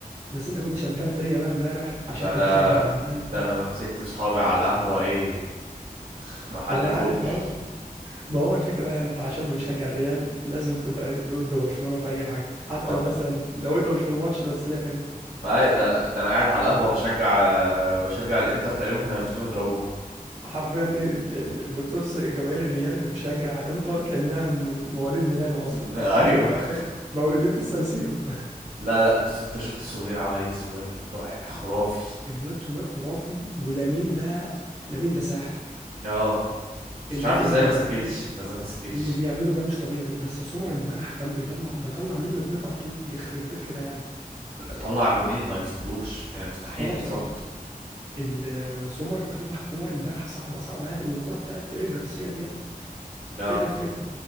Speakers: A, on the right; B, on the right.
A: بس انت كنت شمتان فيا بقى امبارح
B: ده
A: عشان انت
B: انا
A: بتشجع الريال
B: ده انا مسكت صحابي على القهوه ايه <laughs> ما حلتهمش
A: ما انا عارف يا عم ما هو الفكره بقى انت عشان بتشجع الريال لازم تبقى ضد برشلونه في اي حاجه حتى
B: ما
A: مثلا لو انت مش في الماتش بس هي كده
B: ما- هي- ده انا ده انا قاعد على القهوه بشجع بشجع الانتر تقريبا كانوا هيمسكوني يضربوني
A: حرفيا ايه ال- ال- بتص جماهير الريال بتشجع انتر كانها من مواليد ميلانو اصلا
B: <laughs> ايوه
A: مولودين في السان سيرو
B: لا لا بس انت شفت سمير عمل ايه سمير طع- خرافي
A: الواد سومير خرافي ولامين ده لامين ده ساحر
B: اه بس
A: الواد
B: مش عارف ازاي
A: اللي بيعمله
B: ما سجلش بس ازاي ما سجلش
A: اللي بيعمله ده مش طبيعي بس سمر امبارح كان بيطلع ده طلع منه اتنين ار 2 يخرب بيت كده يعني
B: طلع جونين ما يتصدوش يعني مستحيل
A: اه
B: يتصد
A: بصراحه ال- سمر طلع كور امبارح صعبه صعبه يعني والكره بتاعت ايريك جارسيا ديت
B: اه
A: إيه الريفلكس دي